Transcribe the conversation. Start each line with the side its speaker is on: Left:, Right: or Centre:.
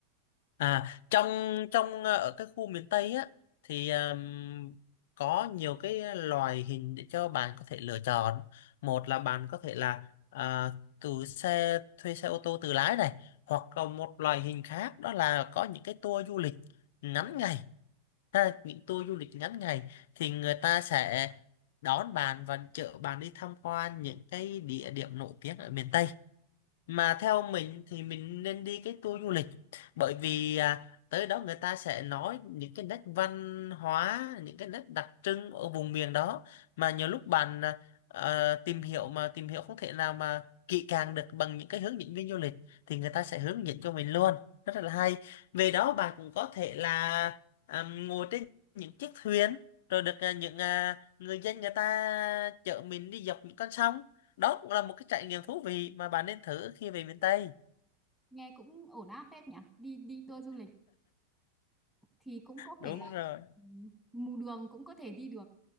Left: À, trong trong ờ, ở các khu miền Tây á thì ừm, có nhiều cái loài hình để cho bạn có thể lựa chọn. Một là bạn có thể là à, từ xe thuê xe ô tô tự lái này, hoặc là một loại hình khác đó là có những cái tour du lịch ngắn ngày. Ha, những tour du lịch ngắn ngày thì người ta sẽ đón bạn và chở bạn đi tham quan những cái địa điểm nổi tiếng ở miền Tây mà theo mình thì mình nên đi cái tour du lịch bởi vì à, tới đó người ta sẽ nói những cái nét văn hóa những cái nét đặc trưng ở vùng miền đó mà nhiều lúc bạn à, ờ, tìm hiểu mà tìm hiểu không thể nào mà kỹ càng được bằng những cái hướng dẫn viên du lịch thì người ta sẽ hướng dẫn cho mình luôn rất là hay về đó bạn cũng có thể là à, ngồi trên những chiếc thuyền rồi được à, những à, người dân người ta chở mình đi dọc những con sông đó cũng là một cái trải nghiệm thú vị mà bạn nên thử khi về miền Tây
Centre: nghe cũng ổn áp phết nhỉ đi đi tour du lịch thì cũng có
Left: đúng
Centre: thể là
Left: rồi
Centre: ừm, mù đường cũng có thể đi được